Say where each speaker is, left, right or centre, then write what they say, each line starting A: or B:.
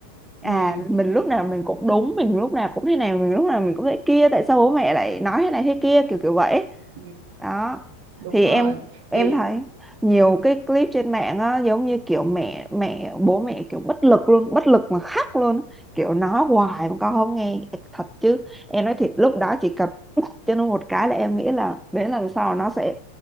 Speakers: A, in the centre; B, on the right (about 50°).
A: à
B: ừ,
A: mình lúc nào mình cũng đúng mình lúc nào cũng thế này mình lúc nào mình cũng thế kia tại sao bố mẹ lại nói thế này thế kia kiểu kiểu vậy
B: ừ.
A: đó
B: đúng
A: thì em
B: rồi
A: em
B: thì
A: thấy nhiều cái clip trên mạng á, giống như kiểu mẹ mẹ bố mẹ kiểu bất lực luôn bất lực mà khóc luôn á. kiểu nói hoài mà con không nghe thật chứ em nói thiệt lúc đó chỉ cần bóp cho nó một cái là em nghĩ là đến lần sau nó sẽ